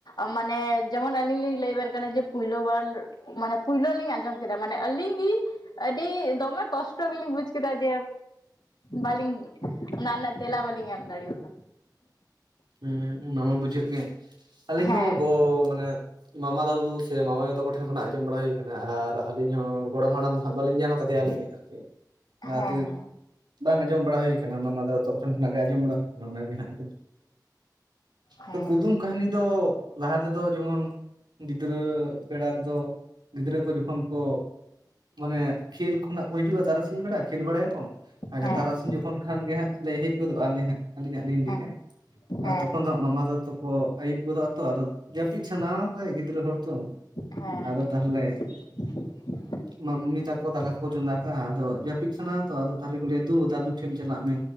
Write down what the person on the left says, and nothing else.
ᱢᱟᱱᱮ ᱡᱮᱢᱚᱱ ᱟᱹᱞᱤᱧ ᱞᱤᱧ ᱞᱟᱹᱭ ᱟᱵᱮᱱ ᱠᱟᱱᱟ ᱡᱮ ᱯᱳᱭᱞᱳ ᱵᱟᱨ ᱢᱟᱱᱮ ᱯᱳᱭᱞᱳ ᱞᱤᱧ ᱟᱸᱡᱚᱢ ᱠᱮᱫ ᱢᱟᱱᱮ ᱟᱹᱞᱤᱧ ᱜᱤ ᱟᱹᱰᱤ ᱫᱚᱢᱮ ᱠᱚᱥᱴᱚ ᱜᱮᱞᱤᱧ ᱵᱩᱡᱽ ᱠᱮᱫᱟ ᱡᱮ ᱵᱟᱹᱞᱤᱧ ᱚᱱᱟ ᱨᱮᱱᱟᱜ ᱛᱮᱞᱟ ᱵᱟᱹᱞᱤᱧ ᱮᱢ ᱫᱟᱲᱤᱣ ᱟᱫᱟ
ᱦᱮᱸ
ᱦᱮᱸ
ᱦᱮᱸ
ᱦᱮᱸ
ᱦᱮᱸ ᱦᱮᱸ ᱦᱮᱸ
ᱦᱮᱸ
<unintelligible>